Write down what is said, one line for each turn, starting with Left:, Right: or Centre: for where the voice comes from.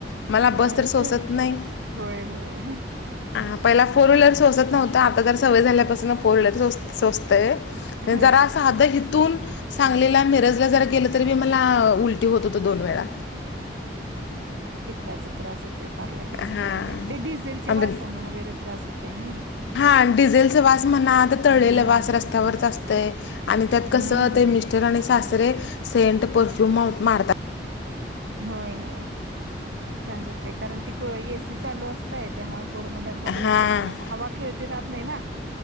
Left: मला
Right: हां.
Left: बस तर सोसत
Right: ते
Left: नाही.
Right: होय, होय.
Left: हा पहिला फोर व्हीलर सोसत नव्हतं आता तर सवय झाल्यापासून फोर व्हीलर सोचतय.
Right: हां.
Left: जरा साध हिथुन सांगलीला मिरज ला जरा गेलं. तरी बी मला उलटी होत होतं दोन वेळा.
Right: त्याचा त्रास होतय फार लागेच
Left: हा
Right: ते डिझेल
Left: आंबे
Right: वासान वगैरे त्रास होतय ना.
Left: हा डिझेलचा वास म्हणाता
Right: हम्म
Left: तळलेला वास रस्त्यावरच असतंय आणि त्यात
Right: हम्म
Left: कसं ते मिस्. मिस्टर आणि सासरे सेंट परफ्यूम मार.
Right: होय होय. त्रास होतोय कारण ती एसी चालू असतय त्यामुळे फोरव्हीरल.
Left: हा
Right: हवा खेळती राहत नाही ना.